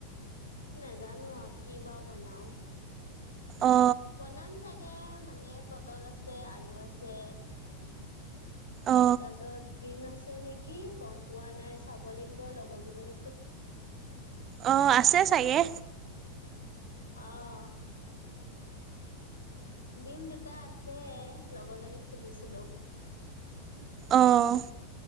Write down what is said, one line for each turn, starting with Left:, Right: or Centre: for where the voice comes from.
Left: নাজানো আও কি বা বনাও।
Right: অ
Left: বনাম চাগে মানে পটল আছে, আলু আছে
Right: অ
Left: তাৰ পিছত ডিম আছে নেকি, গম পোৱা নাই' চাব লাগিব লগৰ কেইজনী
Right: অহ', আছে চাগে।
Left: অহ'। ডিম দুটা আছে। লগৰজনীক সুধিছিলো।
Right: অঁ'।